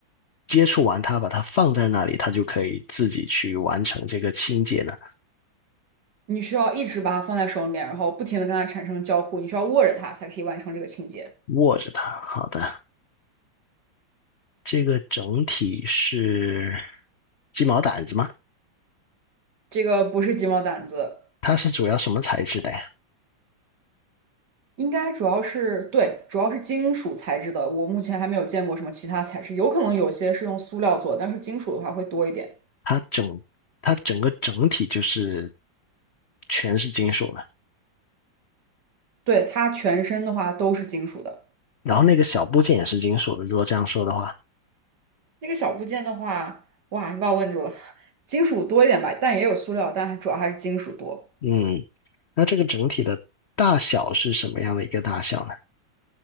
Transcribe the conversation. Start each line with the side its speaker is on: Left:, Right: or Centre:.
Left: 接触完它，把它放在那里，它就可以自己去完成这个清洁呢？
Right: 你需要一直把它放在手里面，然后不停的跟它产生交互，你需要握着它才可以完成这个清洁。
Left: 握着它，好的，这个整体是鸡毛掸子吗？
Right: 这个不是鸡毛掸子，
Left: 它是主要什么材质的呀？
Right: 应该主要是，对，主要是金属材质的。我目前还没有见过什么其他材质，有可能有些是用塑料做，但是金属的话会多一点。
Left: 它整它整个整体就是全是金属的，
Right: 对，它全身的话都是金属的。
Left: 然后那个小部件也是金属的，如果这样说的话。
Right: 那个小部件的话，哇，你把我问住了。金属多一点吧，但也有塑料，但主要还是金属多。
Left: 嗯，那这个整体的大小是什么样的一个大小呢？